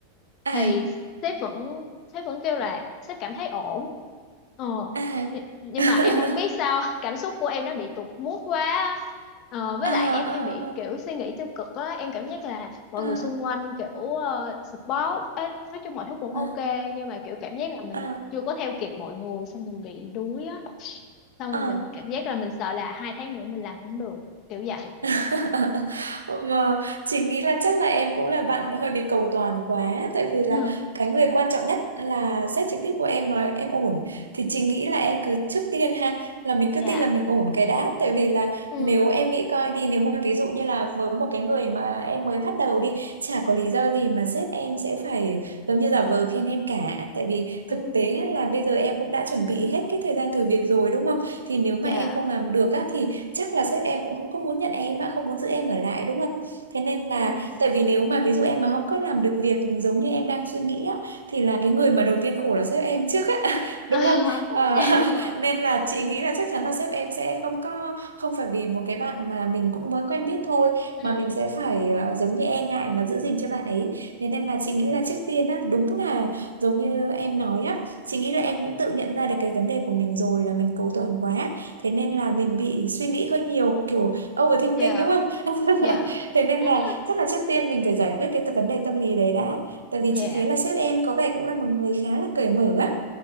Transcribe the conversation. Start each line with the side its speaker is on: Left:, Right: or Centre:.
Right: à,
Left: thì sếp vẫn sếp vẫn kêu là sếp cảm thấy ổn ờ
Right: à,
Left: Nh- nhưng
Right: <laughs>
Left: mà em không biết sao <laughs> cảm xúc của em nó bị tụt mood quá á. ờ, với
Right: à, à,
Left: lại em hay bị kiểu suy nghĩ tiêu cực á em cảm giác là mọi
Right: à,
Left: người xung quanh kiểu ờ, support ấy, nói chung mọi thứ cũng
Right: à,
Left: ok nhưng mà kiểu cảm giác là mình
Right: à,
Left: chưa có theo kịp mọi người xong mình bị đuối á xong
Right: à.
Left: rồi mình cảm giác là mình sợ là hai tháng nữa mình làm không được kiểu vậy
Right: <laughs> Và chị nghĩ là chắc là em cũng là bạn hơi bị cầu toàn quá tại vì là
Left: Ừ.
Right: cái người quan trọng nhất là sếp trực tiếp của em nói em ổn thì chị nghĩ là em cứ trước tiên ha là mình cứ
Left: dạ
Right: tin là mình ổn cái đã tại vì là
Left: ừ
Right: nếu em nghĩ coi đi nếu mà ví dụ như là với một cái người mà em mới bắt đầu đi chả có lý do gì mà sếp em sẽ phải giống như giả vờ khen em cả tại vì
Left: ừ
Right: thực tế á, là bây giờ em cũng đã chuẩn bị hết cái thời gian thử việc rồi đúng không thì nếu mà
Left: dạ
Right: em không làm được á thì chắc là sếp em cũng không có muốn nhận em á không muốn giữ em ở lại đúng không thế nên là
Left: ừ
Right: tại vì nếu mà ví dụ em mà không có làm được việc giống như em đang suy nghĩ á thì là cái người mà đầu tiên khổ là sếp em trước á <laughs>
Left: <laughs>
Right: đúng không Ờ,
Left: dạ đúng rồi
Right: <laughs> nên là chị nghĩ là chắc chắn là sếp em sẽ không có không phải vì một cái bạn mà mình cũng mới quen biết thôi
Left: ừ
Right: mà mình sẽ phải ờ, giống như e ngại mà giữ gìn cho bạn ấy thế nên là chị nghĩ là trước tiên á đúng là giống như em nói á chị nghĩ
Left: ừ
Right: là em cũng tự nhận ra được cái vấn đề của mình rồi là mình cầu toàn quá thế nên là mình bị suy nghĩ hơi nhiều kiểu overthinking
Left: dạ
Right: đúng không <laughs>
Left: dạ
Right: thế nên
Left: <laughs>
Right: là chắc là trước tiên mình phải giải quyết cái t- vấn đề tâm lý đấy đã tại vì
Left: dạ
Right: chị thấy là sếp em có vẻ cũng là một người khá là cởi mở á